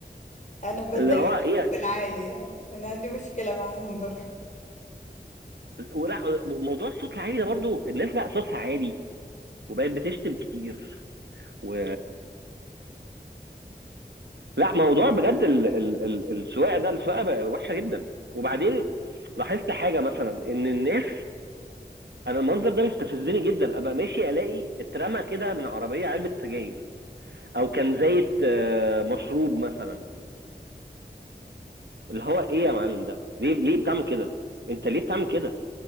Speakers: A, on the left; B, on the right.
A: انا بتضايق
B: اللي هو ايه
A: من الصوت العالي يعني انا عندي مشكله معاهم برضه
B: ولا موضوع الصوت العالي ده برضو الناس بقى صوتها عالي وبقت بتشتم كتير و لا موضوع بجد ال... ال... ال... السواقه ده السواقه بقى وحشه جدا وبعدين لاحظت حاجه مثلا ان الناس انا المنظر ده بيستفزني جدا ابقى ماشي الاقي اترمى كده من عربيه علبه سجاير او كان زيت آه، مشروب مثلا اللي هو ايه يا معلم ده ليه ليه بتعمل كده انت ليه بتعمل كده